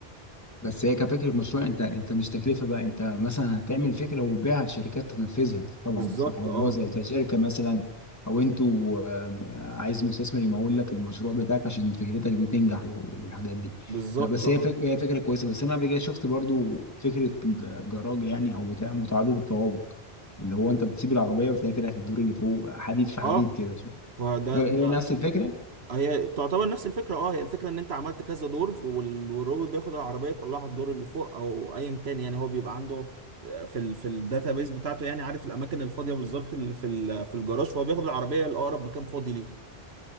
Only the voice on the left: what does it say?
بس هي كفكرة مشروع انت انت مش تكلفة بقى انت مثلا هتعمل فكرة وتبيعها لشركات تنفذها طبعا
صح يعني
هو زي زي شركة مثلا او انتوا آم، عايز مستثمر يمول لك المشروع بتاعك عشان فكرتك دي تنجح والحاجات دي
لا بس
هي فك... هي فكرة كويسة بس انا قبل كده شفت برضو فكرة ج- جراج يعني او بتاع متعدد الطوابق اللي هو انت بتسيب العربية وتلاقي طلعت الدور اللي فوق حديد في حديد
كده
هي
هي نفس الفكرة